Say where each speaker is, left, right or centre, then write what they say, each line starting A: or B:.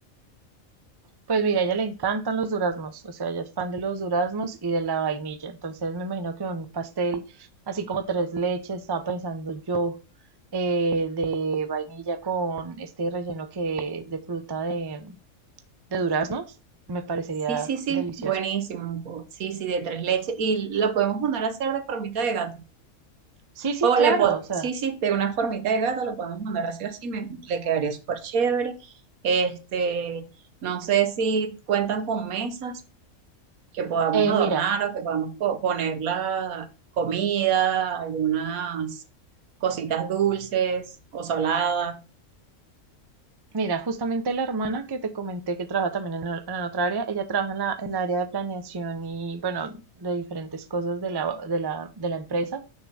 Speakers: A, on the right (about 35°); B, on the right (about 85°).
A: Pues mira, a ella le encantan los duraznos, o sea, ella es fan de los duraznos y de la vainilla. Entonces me imagino que un pastel así como tres leches, estaba pensando yo, eh, de vainilla con este relleno que es de fruta de, de duraznos, me parecería
B: Sí, sí, sí,
A: delicioso.
B: buenísimo. Sí, sí, de tres leches. Y lo podemos mandar a hacer de formita de gato.
A: Sí, sí,
B: O
A: claro,
B: le po-
A: o sea,
B: sí, sí, de una formita de gato lo podemos mandar así, así, me, le quedaría súper chévere. Este, no sé si cuentan con mesas que podamos
A: eh,
B: adornar
A: mira,
B: o que podamos po- poner la comida, algunas cositas dulces o saladas.
A: mira, justamente la hermana que te comenté que trabaja también en, o- en otra área, ella trabaja en la, en la área de planeación y bueno, de diferentes cosas de la, de la, de la empresa.